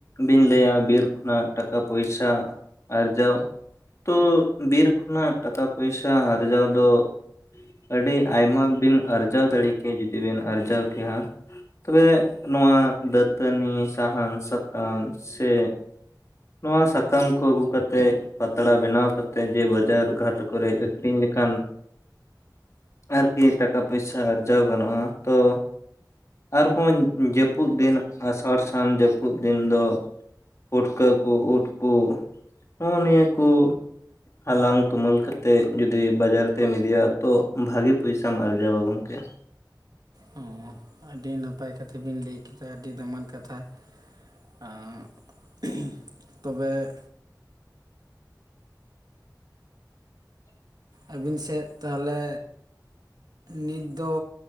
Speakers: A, on the left; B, on the right.
A: ᱵᱤᱱ ᱞᱟᱹᱭᱟ ᱵᱤᱨ ᱠᱷᱚᱱᱟᱜ ᱴᱟᱠᱟ ᱯᱚᱭᱥᱟ ᱟᱨᱡᱟᱣ ᱛᱚ ᱵᱤᱨ ᱠᱷᱚᱱᱟᱜ ᱴᱟᱠᱟ ᱯᱚᱭᱥᱟ ᱟᱨᱡᱟᱣ ᱫᱚ ᱟᱹᱰᱤ ᱟᱭᱢᱟ ᱵᱤᱱ ᱟᱨᱡᱟᱣ ᱫᱟᱲᱮ ᱠᱮᱭᱟ ᱡᱩᱫᱤ ᱵᱤᱱ ᱟᱨᱡᱟᱣ ᱠᱮᱭᱟ ᱛᱚᱵᱮ ᱱᱚᱣᱟ ᱫᱟᱹᱛᱟᱹᱱᱤ ᱥᱟᱦᱟᱱ ᱥᱟᱠᱟᱢ ᱥᱮ ᱱᱚᱣᱟ ᱥᱟᱠᱟᱢ ᱠᱚ ᱟᱹᱜᱩ ᱠᱟᱛᱮᱜ ᱯᱟᱛᱲᱟ ᱵᱮᱱᱟᱣ ᱠᱟᱛᱮ ᱡᱮ ᱵᱟᱡᱟᱨ ᱜᱷᱟᱴ ᱠᱚᱨᱮ ᱟᱹᱠᱷᱨᱤᱧ ᱞᱮᱠᱟᱱ ᱟᱨᱠᱤ ᱴᱟᱠᱟ ᱯᱚᱭᱥᱟ ᱟᱨᱡᱟᱣ ᱜᱟᱱᱚᱜᱼᱟ ᱛᱚ ᱟᱨᱦᱚᱸ ᱡᱟᱹᱯᱩᱫ ᱫᱤᱱ ᱟᱥᱟᱲ ᱥᱟᱱ ᱡᱟᱹᱯᱩᱫ ᱫᱤᱱ ᱫᱚ ᱯᱩᱴᱠᱟᱹ ᱠᱚ ᱩᱫ ᱠᱚ ᱱᱚᱜᱼᱚ ᱱᱤᱭᱟᱹ ᱠᱚ ᱦᱟᱞᱟᱝ ᱛᱩᱢᱟᱹᱞ ᱠᱟᱛᱮᱫ ᱡᱩᱫᱤ ᱵᱟᱡᱟᱨ ᱛᱮᱢ ᱤᱫᱤᱭᱟ ᱛᱚ ᱵᱷᱟᱜᱤ ᱯᱚᱭᱥᱟᱢ ᱟᱨᱡᱟᱣᱟ ᱜᱚᱝᱠᱮ
B: ᱦᱮᱸ ᱟᱹᱰᱤ ᱱᱟᱯᱟᱭ ᱠᱟᱛᱷᱟ ᱵᱮᱤᱱ ᱞᱟᱹᱭ ᱠᱮᱫᱟ ᱟᱹᱰᱤ ᱫᱟᱢᱟᱱ ᱠᱟᱛᱷᱟ ᱟᱸ <unintelligible> ᱛᱚᱵᱮ
A: <inaudible>
B: ᱟᱹᱵᱤᱱ ᱥᱮᱫ ᱛᱟᱦᱚᱞᱮ ᱱᱤᱛ ᱫᱚ